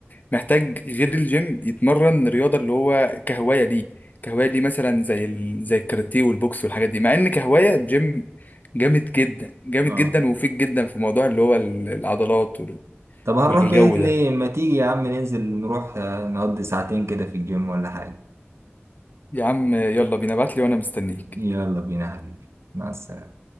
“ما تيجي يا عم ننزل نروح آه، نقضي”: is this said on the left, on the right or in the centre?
Right